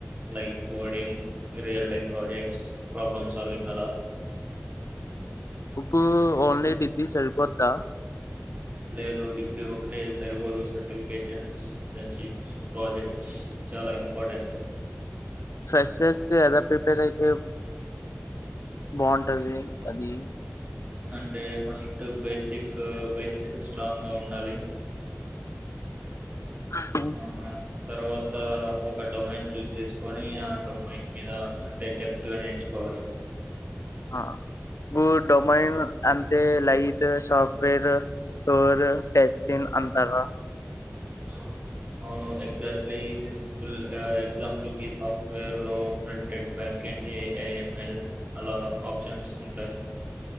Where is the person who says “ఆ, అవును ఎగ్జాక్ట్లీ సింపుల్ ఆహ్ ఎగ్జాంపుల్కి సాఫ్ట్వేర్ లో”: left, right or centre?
Right